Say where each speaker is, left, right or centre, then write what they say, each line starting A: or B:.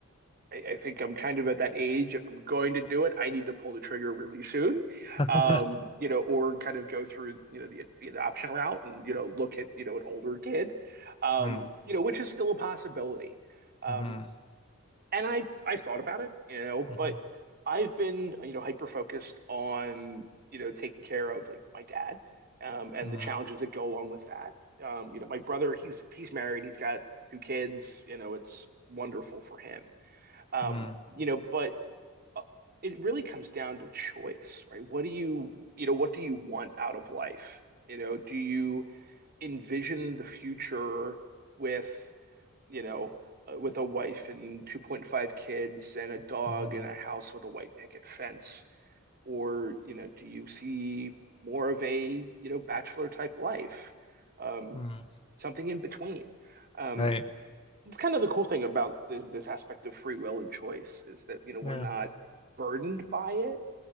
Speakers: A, on the right; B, on the left.
A: I, I think I'm kind of at that age. If I'm going to do it, I need to pull the trigger really soon,
B: <laughs>
A: um, you know, or kind of go through, you know, the, the adoption route and, you know, look at, you know, an older kid, um,
B: Mm,
A: you know, which is still a possibility. Um,
B: mhm,
A: and I've I've thought about it, you know,
B: mhm,
A: but I've been, you know, hyper focused on, you know, taking care of like my dad, um, and
B: mhm,
A: the challenges that go along with that. Um, you know, my brother, he's he's married, he's got two kids, you know, it's wonderful for him. Um,
B: mm,
A: you know, but uh, it really comes down to choice, right? What do you, you know, what do you want out of life? You know, do you envision the future with, you know, uh, with a wife and 2.5 kids and a dog
B: mhm,
A: and a house with a white picket fence? Or, you know, do you see more of a, you know, bachelor type life? Um,
B: mm.
A: something in between. Um,
B: Right.
A: it's kind of the cool thing about this, this aspect of free will and choice is that, you know, we're
B: Yeah,
A: not burdened by it,